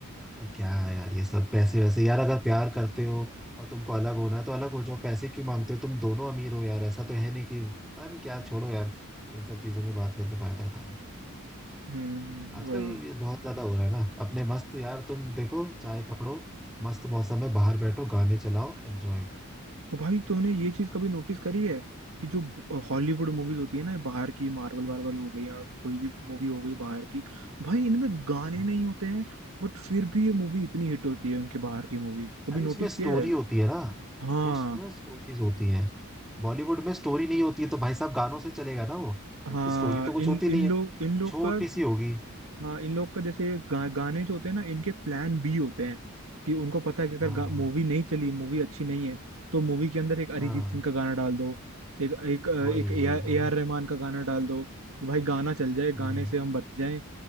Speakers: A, in the centre; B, on the right.
A: अ, क्या है यार ये सब पैसे वैसे यार अगर प्यार करते हो और तुमको अलग होना है तो अलग हो जाओ पैसे क्यों मांगते हो तुम दोनों अमीर हो यार ऐसा तो है नहीं कि पता नहीं क्या छोड़ो यार इन सब चीजों में बात करके फायदा होता है
B: हम्म
A: आजकल
B: वही
A: ये बहुत ज्यादा हो रहा है ना अपने मस्त यार तुम देखो चाय पकड़ो मस्त मौसम में बाहर बैठो गाने चलाओ एंजॉय
B: और भाई तुमने ये चीज कभी नोटिस करी है कि जो हॉलीवुड मूवीज होती है ना बाहर की मार्वल वार्वल हो गई या कोई भी मूवी हो गई बाहर की भाई इनमें गाने
A: करो
B: नहीं होते हैं बट फिर भी ये मूवी इतनी हिट होती है उनके बाहर की मूवी कभी
A: भाई
B: नोटिस
A: उसमें स्टोरी
B: किया है
A: होती है ना
B: हाँ
A: वो उसमें स्टोरीज होती हैं बॉलीवुड में स्टोरी नहीं होती है तो भाई साहब गानों से चलेगा ना वो <laughs>
B: हाँ
A: स्टोरी तो कुछ
B: इन
A: होती नहीं
B: इन
A: है
B: लोग इन लोग
A: छोटी
B: का
A: सी होगी
B: हाँ इन लोग का जैसे गा, गाने जो होते हैं ना इनके प्लान बी होते हैं कि उनको पता है कि अगर
A: हाँ
B: मूवी नहीं चली मूवी अच्छी नहीं है तो मूवी के अंदर एक अरिजीत
A: हाँ
B: सिंह का गाना डाल दो एक एक अ,
A: वही
B: एक A
A: वही
B: R
A: वही
B: A R Rahman का गाना डाल दो कि भाई गाना चल जाए गाने
A: हम्म
B: से हम बच जाएं